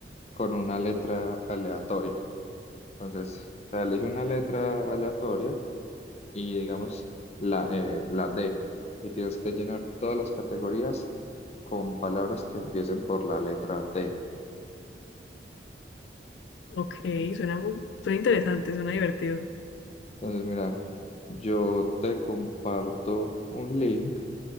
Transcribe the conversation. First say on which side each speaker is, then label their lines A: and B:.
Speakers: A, on the left; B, on the left.
A: con una letra aleatoria. Entonces, o sea, elige una letra aleatoria y digamos la, eh, la D y tienes que llenar todas las categorías con palabras que empiecen por la letra D.
B: Ok, suena, mu- suena interesante, suena divertido.
A: Entonces, mira, yo te comparto un link